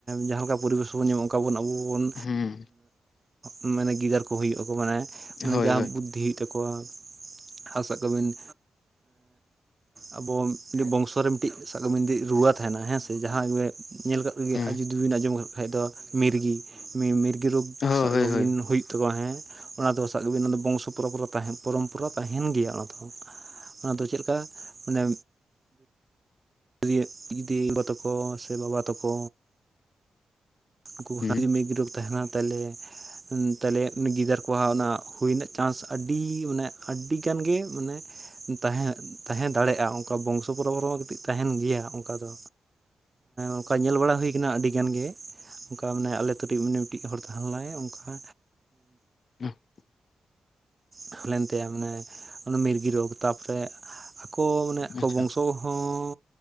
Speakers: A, on the right; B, on the left.
A: ᱡᱟᱦᱟᱸ ᱞᱮᱠᱟ ᱯᱚᱨᱤᱵᱮᱥᱵᱚᱱ ᱧᱟᱢᱟ ᱚᱱᱠᱟ ᱵᱚᱱ ᱟᱵᱚ ᱵᱚᱱ
B: ᱦᱩᱸ
A: ᱢᱟᱱᱮ ᱜᱤᱫᱟᱹᱨ ᱠᱚ ᱦᱩᱭᱩᱜᱼᱟ ᱠᱚ ᱢᱟᱱᱮ
B: ᱦᱳᱭ
A: ᱡᱟ
B: ᱦᱳᱭ
A: ᱵᱩᱫᱽᱫᱷᱤ ᱦᱩᱭᱩᱜ ᱛᱟᱠᱚᱣᱟ ᱟ ᱥᱟᱜ ᱠᱟᱜᱵᱤᱱ ᱟᱵᱚ ᱢᱤᱫᱴᱤᱡ ᱵᱚᱝᱥᱚ ᱨᱮ ᱢᱤᱫᱴᱤᱡ ᱥᱟᱵᱠᱟᱜᱵᱤᱱ ᱢᱤᱫᱴᱤᱡ ᱨᱩᱣᱟᱹ ᱛᱟᱦᱮᱱᱟ ᱦᱮᱸᱥᱮ ᱡᱟᱦᱟᱸ ᱧᱮᱞ ᱠᱟᱜ ᱠᱚᱜᱮ
B: ᱦᱩᱸ
A: ᱟᱨ ᱡᱩᱫᱤ ᱵᱤᱱ ᱟᱸᱡᱚᱢ ᱠᱷᱟᱡ ᱠᱟᱜ ᱫᱚ ᱢᱤᱨᱜᱤ ᱢᱤᱨᱜᱤ ᱨᱳᱜᱽ
B: ᱦᱳᱭ
A: ᱥᱟᱵ
B: ᱦᱳᱭ
A: ᱠᱟᱜᱵᱤᱱ
B: ᱦᱳᱭ
A: ᱦᱩᱭ ᱛᱟᱠᱚᱣᱟ ᱦᱮᱸ ᱚᱱᱟ ᱫᱚ ᱥᱟᱵ ᱠᱟᱜᱵᱤᱱ ᱚᱱᱟ ᱫᱚ ᱵᱚᱝᱥᱚ ᱯᱚᱨᱚᱢᱯᱚᱨᱟ ᱛᱟᱦᱮ ᱯᱚᱨᱚᱢᱯᱚᱨᱟ ᱛᱟᱦᱮᱱ ᱜᱮᱭᱟ ᱚᱱᱟ ᱫᱚ ᱚᱱᱟᱫᱚ ᱪᱮᱫᱞᱠᱟ ᱢᱟᱱᱮ <unintelligible> ᱛᱟᱠᱚ ᱥᱮ ᱵᱟᱵᱟ ᱛᱟᱠᱚ ᱩᱱᱠᱩ ᱠᱚ
B: ᱦᱩᱸ
A: ᱡᱩᱫᱤ ᱢᱤᱫ ᱜᱩᱨᱩᱯ ᱛᱟᱦᱮᱱᱟ ᱛᱟᱦᱚᱞᱮ ᱛᱟᱦᱚᱞᱮ ᱩᱱᱤ ᱜᱤᱫᱟᱹᱨ ᱠᱚᱣᱟᱜ ᱚᱱᱟ ᱦᱩᱭ ᱨᱮᱱᱟᱜ ᱪᱟᱱᱥ ᱟᱹᱰᱤ ᱢᱟᱱᱮ ᱟᱹᱰᱤᱜᱟᱱ ᱜᱮ ᱢᱟᱱᱮ ᱛᱟᱦᱮᱸ ᱛᱟᱦᱮᱸ ᱫᱟᱲᱮᱭᱟᱜᱼᱟ ᱚᱱ ᱠᱟ ᱵᱚᱝᱥᱚ ᱯᱚᱨᱚᱝᱯᱚᱨᱟ ᱨᱮᱦᱚᱸ ᱠᱟᱹᱴᱤᱡ ᱛᱟᱦᱮᱱ ᱜᱮᱭᱟ ᱚᱱᱠᱟ ᱫᱚ ᱚᱱᱠᱟ ᱧᱮᱞ ᱵᱟᱲᱟ ᱦᱩᱭ ᱠᱟᱱᱟ ᱟᱹᱰᱤ ᱜᱟᱱ ᱜᱮ ᱚᱱᱠᱟ ᱢᱟᱱᱮ ᱟᱞᱮ ᱟᱛᱩᱨᱮ ᱢᱟᱱᱮ ᱢᱤᱫᱴᱤᱡ ᱦᱚᱲ ᱛᱟᱦᱮᱸ ᱞᱮᱱᱟᱭ ᱚᱱᱠᱟ
B: <unintelligible>
A: ᱛᱟᱦᱮᱞᱮᱱᱛᱟᱭᱟ ᱢᱟᱱᱮ ᱚᱱᱟ ᱢᱤᱨᱜᱤ ᱨᱳᱜ ᱛᱟᱯᱚᱨᱮ ᱟᱠᱚ ᱢᱟᱱᱮ ᱟᱠᱚ
B: ᱟᱪᱪᱷᱟ
A: ᱵᱚᱝᱥᱚ ᱦᱚᱸ